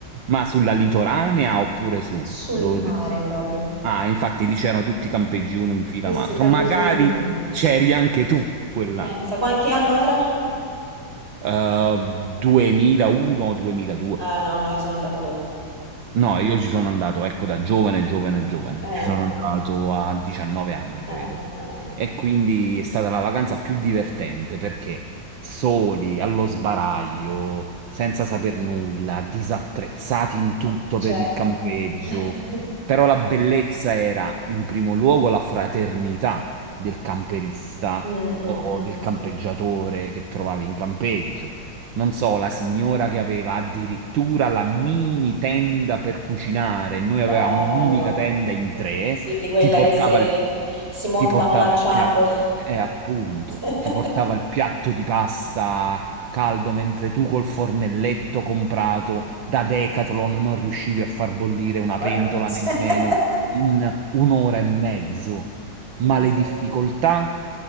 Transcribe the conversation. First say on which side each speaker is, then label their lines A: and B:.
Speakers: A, on the right; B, on the right.
A: Ma sulla litoranea oppure su?
B: Sul
A: Dove
B: mare
A: si sta?
B: proprio.
A: Ah, infatti lì c'erano tutti i campeggi uno in fila
B: Sì,
A: a
B: sì,
A: un altro.
B: proprio
A: Magari
B: sul mare.
A: c'eri anche tu quell'anno.
B: Pensa, qua- che anno era?
A: Eh, 2001-2002.
B: Ah, no, no, io sono andata dopo.
A: No, io ci sono andato, ecco, da giovane, giovane, giovane.
B: Eh,
A: Ci sono
B: eh,
A: andato a 19 anni,
B: eh,
A: credo.
B: eh, eh, eh.
A: E quindi è stata la vacanza più divertente perché soli, allo sbaraglio, senza saper nulla, disattrezzati in tutto
B: Certo.
A: per il campeggio.
B: <laughs>
A: Però la bellezza era, in primo luogo, la fraternità del camperista
B: Mm, mm,
A: o
B: mm.
A: del campeggiatore che trovavi in campeggio non so, la signora che aveva addirittura la mini tenda per cucinare, noi avevamo
B: Bello.
A: un'unica tenda in tre,
B: Sì, di quella
A: ti portava
B: che se-
A: il,
B: si montano
A: ti portava
B: lanciando.
A: il piatto, eh, appunto,
B: <laughs>
A: ti portava il piatto di pasta caldo, mentre tu col fornelletto comprato da Decathlon non riuscivi a far bollire una
B: Ma
A: pentola
B: co- <laughs>
A: nemmeno in un'ora e mezzo. Ma
B: Incredibile.
A: le difficoltà